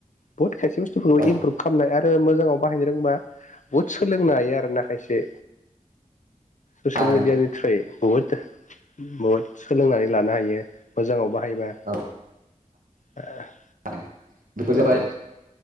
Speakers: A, on the left; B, on the right.
A: बहुत खायसे बुस्थुफोरखौ
B: औ
A: इमप्रुभ खालामनाय आरो ओ मोजाङाव बाहायनो रोंबा बुहुत सोलोंनो हायो आरो ना खायसे। ससियेल
B: थारैनो
A: मिडियानि
B: नोंथां
A: थ्रुयै। बुहुद बहुद सोलोंनानै लानो हायो मोजाङाव बाहायबा
B: औ।
A: <inaudible>
B: <unintelligible> बेफोर
A: उम
B: जाबाय